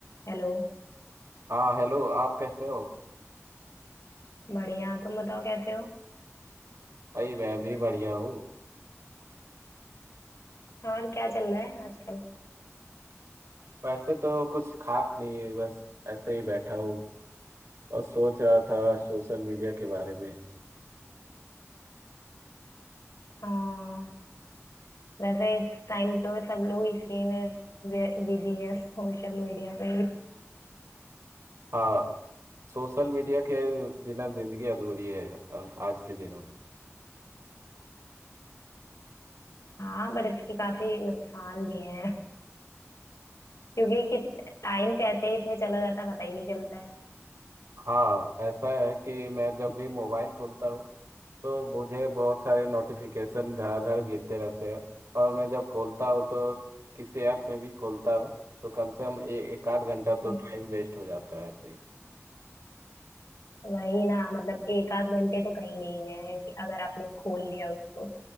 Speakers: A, on the left; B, on the right.
A: Hello
B: हाँ हेलो आप कैसे हो
A: बढ़िया तुम बताओ कैसे हो
B: भाई मैं भी बढ़िया हूँ
A: और क्या चल रहा है आजकल
B: वैसे तो कुछ खास नहीं है बस ऐसे ही बैठा हूँ और सोच रहा था सोशल मीडिया के बारे में
A: हाँ वैसे इस टाइम तो सब लोग इसी में बिजी हैं सोशल मीडिया पे भी
B: हाँ सोशल मीडिया के बिना जिंदगी अधूरी है अब- आज के दिनों में
A: हाँ बट इसके काफी नुकसान भी हैं क्योंकि कि टाइम कैसे इसमें चला जाता है पता ही नहीं चलता है
B: हाँ ऐसा है कि मैं जब भी मोबाइल खोलता हूँ तो मुझे बहुत सारे नोटिफिकेशन धड़ाधड़ गिरते रहते हैं और मैं जब खोलता हूँ तो किसी ऐप में भी खोलता हूँ तो कम से कम ए, एक आध घंटा तो
A: हम्म,
B: टाइम वेस्ट हो जाता है ऐसे ही
A: वही ना मतलब एक आध घंटे तो कहीं नहीं गए हैं कि अगर आपने खोल लिया उसको